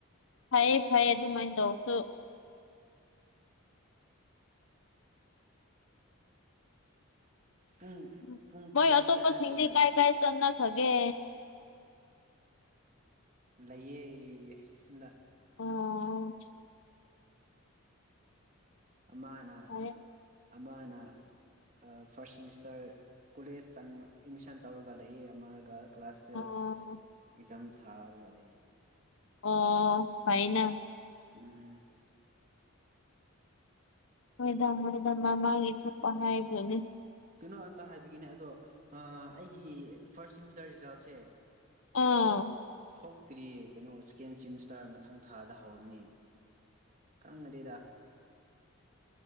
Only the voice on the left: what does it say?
ꯐꯩꯌꯦ ꯐꯩꯌꯦ ꯑꯗꯨꯃꯥꯏꯅ ꯇꯧꯔꯁꯨ
ꯎꯝ
ꯃꯣꯏ
ꯑꯇꯣꯞꯄ
ꯁꯤꯡꯗꯤ
ꯀꯥꯏ ꯀꯥꯏ ꯆꯠꯅꯥ ꯈꯔꯒꯦ
ꯑꯣ
ꯐꯔꯦ
ꯑꯣ
ꯑꯣ ꯐꯩꯏꯅ
ꯍꯣꯏꯗ ꯍꯣꯏꯗ ꯃꯥꯏ ꯃꯥꯏ ꯊꯣꯛꯄ ꯍꯥꯏꯈ꯭ꯔꯦꯅꯦ
ꯑꯥ